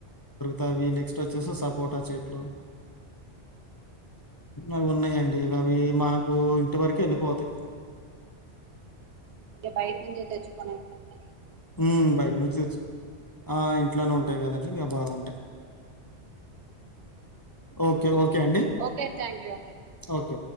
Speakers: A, on the left; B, on the right.
A: తవి నెక్స్ట్ వచ్చేసి సపోట చెట్లు. అవి ఉన్నాయండి ఇ అవి మాకు ఇంటి వరకు వెళ్ళిపోతయ్.
B: ఇంగ బైట నుంచి తెచ్చుకునే కన్నా
A: హ్మ్ బైట్ నుంచి ఆ ఇంట్లోనే ఉంటాయి కదండి ఇంకా బాగుంటయి ఓకే ఓకే అండి.
B: ఓకే థాంక్యూ అండి థాంక్
A: ఓకే.